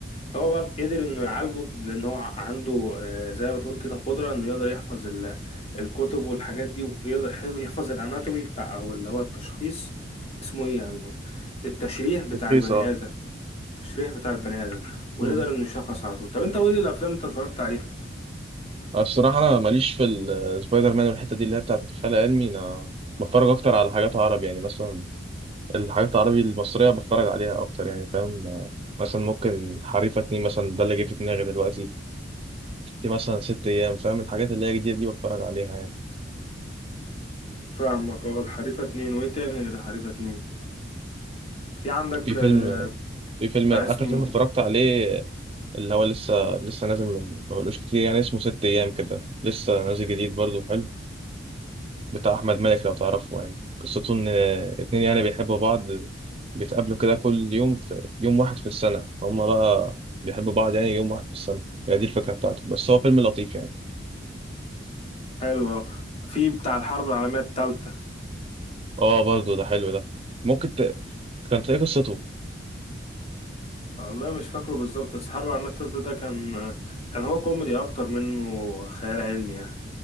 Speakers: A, on the left (about 35°); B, on the right (about 30°).
A: فهو بقى قدر انه يعالجه لان هو عنده آه، زي ما تقول كده قدرة انه يقدر يحفظ ال- الكتب والحاجات دي ويقدر يحفظ الاناتومي بتاع او اللي هو التشخيص اسمه ايه يعني التشريح بتاع
B: رخيص
A: البني
B: اه
A: ادم التشريح بتاع البني ادم ويقدر
B: مم.
A: انه يشخص على طول طب انت قول لي الافلام انت اتفرجت عليها
B: أنا الصراحة أنا ماليش في السبايدر مان والحتة دي اللي هي بتاعت الخيال العلمي أنا بتفرج أكتر على حاجات عربي يعني مثلا الحاجات العربي المصرية بتفرج عليها أكتر يعني فاهم مثلا ممكن حريفة اتنين مثلا ده اللي جه في دماغي دلوقتي في مثلا ست أيام فاهم الحاجات اللي هي جديدة دي بتفرج عليها يعني
A: فاهمك اه الحريفة اتنين وايه تاني غير الحريفة اتنين في عندك
B: في فيلم
A: آه،
B: في فيلم
A: بتاع
B: آخر
A: اسمه
B: فيلم اتفرجت عليه اللي هو لسه لسه نازل من ما بقالوش كتير يعني اسمه ست أيام كده لسه نازل جديد برضه حلو بتاع أحمد مالك لو تعرفه يعني قصته إن اتنين يعني بيحبوا بعض بيتقابلوا كده كل يوم في يوم واحد في السنة هما بقى بيحبوا بعض يعني يوم واحد في السنة هي دي الفكرة بتاعته بس هو فيلم لطيف يعني
A: حلوة في بتاع الحرب العالمية التالتة
B: اه برضو ده حلو ده ممكن ت... كان تلاقي قصته
A: والله مش فاكره بالظبط بس الحرب العالمية التالتة ده كان كان هو كوميدي أكتر منه خيال علمي يعني